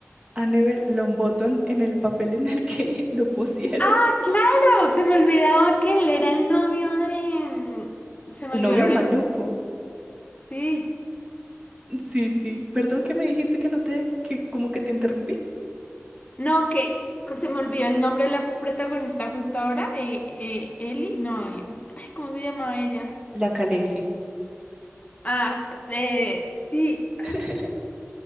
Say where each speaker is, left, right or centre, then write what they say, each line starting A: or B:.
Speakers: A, on the right; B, on the left.
A: a Neville Longbottom en el papel en el que <laughs> lo pusieron.
B: Ah, claro, se me olvidaba que él era el novio de... mm, Se me
A: El
B: olvidó
A: novio
B: ahora
A: maluco.
B: el... Sí,
A: Sí, sí. Perdón que me dijiste que no te, que como que te interrumpí.
B: no, que s- se me olvidó el nombre de la protagonista justo ahora, eh, eh, Ellie, no, eh, ay, ¿cómo se llamaba ella?
A: La Khaleesi.
B: Ah, eh, sí,
A: <laughs>